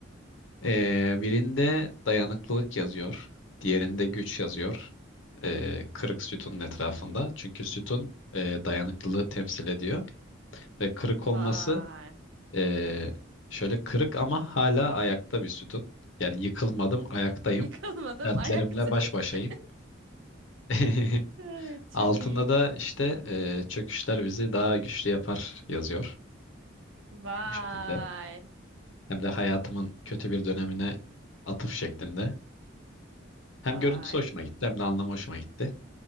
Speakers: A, on the left (about 75°); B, on the right (about 75°).
A: E, birinde dayanıklılık yazıyor. Diğerinde güç yazıyor. E, kırık sütunun etrafında. Çünkü sütun e, dayanıklılığı temsil ediyor. Ve kırık
B: Vay.
A: olması e, şöyle kırık ama hala ayakta bir sütun. Yani yıkılmadım, ayaktayım.
B: Yıkılmadım
A: Dertlerimle
B: ayaktayım.
A: baş başayım.
B: <laughs>
A: <laughs>
B: Evet, Çok
A: Altında
B: iyi.
A: da işte e, çöküşler bizi daha güçlü yapar yazıyor
B: Vay.
A: o şekilde. Hem de hayatımın kötü bir dönemine atıf şeklinde. Hem
B: Vay.
A: görüntüsü hoşuma gitti hem de anlamı hoşuma gitti.